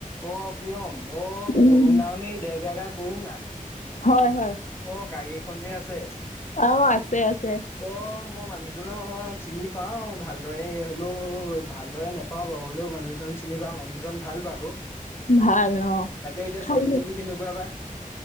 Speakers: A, on the left; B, on the left.
A: অ প্ৰিয়ম অ
B: উম
A: কৰুণা মানে দেৰগেগা কৰুণা
B: হয় হয়
A: অ গাড়ী এখন যে আছে
B: অ আছে আছে
A: অ মই মানুহজক চিনি পাও ভালদৰে হ'লেও ভালদৰে নেপ পাওঁ বাওঁ হ'লেও মা দেউতাক চিনি পাঁও মানুহজন ভাল বাৰু
B: ভাল অ
A: তাকে এতিয়া
B: খালি
A: ছোৱালীজনী কেনেকুৱা বা